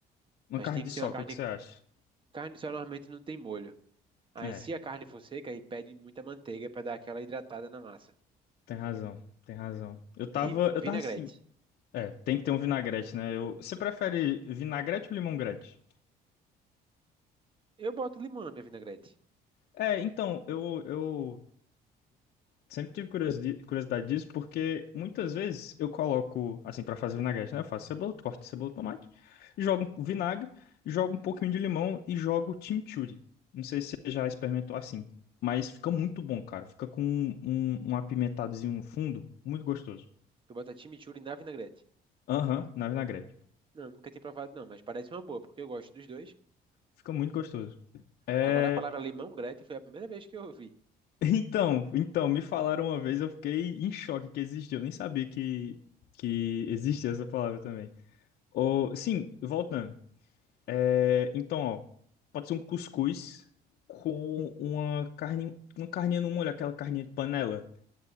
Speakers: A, on the left; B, on the right.
A: Uma
B: mas
A: carne
B: tem
A: de
B: que ser
A: sol,
B: uma carne.
A: o que que você acha?
B: Carne só normalmente não tem molho. Aí,
A: É,
B: se a carne for seca, aí pede muita manteiga pra dar aquela hidratada na massa.
A: tem razão, tem razão. Eu tava,
B: E
A: eu
B: vinagrete.
A: tava assim. É, tem que ter um vinagrete, né? Eu, você prefere vinagrete ou limongrete?
B: Eu boto limão na minha vinagrete.
A: É, então, eu, eu, Sempre tive curiosi- curiosidade disso, porque muitas vezes eu coloco, assim, pra fazer vinagrete, né? Eu faço cebola, corto cebola, tomate, jogo um vinagre, jogo um pouquinho de limão e jogo chimichurri. Não sei se você já experimentou assim, mas fica muito bom, cara. Fica com um, um, um apimentadozinho no fundo, muito gostoso.
B: Tu bota chimichurri na vinagrete.
A: Aham, na vinagrete.
B: Não, nunca tinha provado não, mas parece uma boa, porque eu gosto dos dois.
A: Fica muito gostoso. É,
B: Agora a palavra limão-grete foi a primeira vez que eu ouvi.
A: <laughs> então, então, me falaram uma vez, eu fiquei em choque que existia. Eu nem sabia que, que existia essa palavra também. Ô, sim, voltando. É, então, ó, pode ser um cuscuz com uma carne, uma carninha no molho, aquela carninha de panela.